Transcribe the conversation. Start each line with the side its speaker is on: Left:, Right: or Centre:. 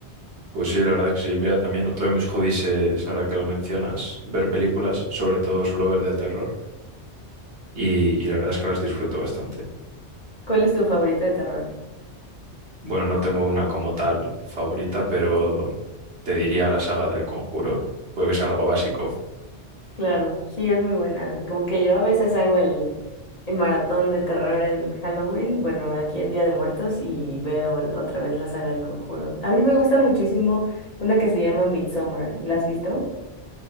Right: pues sí, la verdad es que sí. Mira, también otro de mis hobbies es, ahora que lo mencionas, ver películas, sobre todo suelo ver de terror y, y la verdad es que las disfruto bastante.
Left: ¿Cuál es tu favorita de terror?
Right: Bueno, no tengo una como tal favorita, pero te diría la saga del Conjuro, porque es algo básico.
Left: Claro, sí, es muy buena. Como que yo a veces hago el el maratón de terror en Halloween, bueno, aquí en Día de Muertos y veo el- otra vez la saga del Conjuro. A mí me gusta muchísimo una que se llama Midsommar. ¿La has visto?